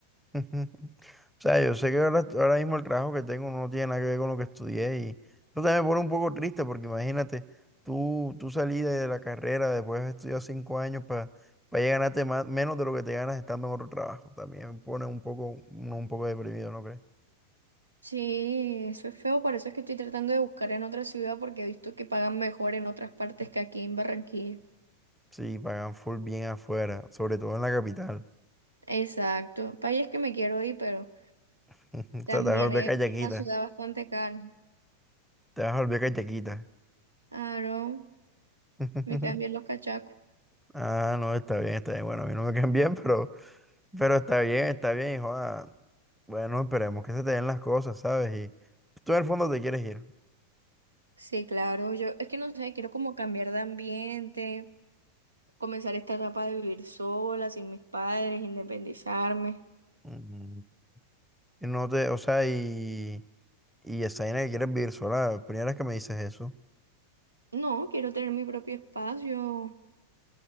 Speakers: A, in the centre; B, on the right.
A: <laughs> O sea, yo sé que ahora, ahora mismo el trabajo que tengo no tiene nada que ver con lo que estudié y eso también me pone un poco triste porque imagínate, tú, tú salí de la carrera después de estudiar cinco años para para ganarte más, menos de lo que te ganas estando en otro trabajo. También me pone un poco, un, un poco deprimido, ¿no crees?
B: Sí, eso es feo, por eso es que estoy tratando de buscar en otra ciudad porque he visto que pagan mejor en otras partes que aquí en Barranquilla.
A: Sí, pagan full bien afuera, sobre todo en la capital.
B: Exacto, país es que me quiero ir, pero
A: <laughs> O
B: También
A: sea, te vas a volver
B: es
A: callaquita.
B: una ciudad bastante cara.
A: Te vas a volver callaquita.
B: Claro,
A: <laughs>
B: me cambian los cachacos.
A: Ah, no, está bien, está bien. Bueno, a mí no me caen bien, pero, pero está bien, está bien, hijo. Ah, Bueno, esperemos que se te den las cosas, ¿sabes? Y tú en el fondo te quieres ir.
B: Sí, claro, yo es que no sé, quiero como cambiar de ambiente, comenzar esta etapa de vivir sola, sin mis padres, independizarme.
A: Ujú. Y no te, o sea, y, y esa vaina que quieres vivir sola, la primera vez que me dices eso.
B: No, quiero tener mi propio espacio,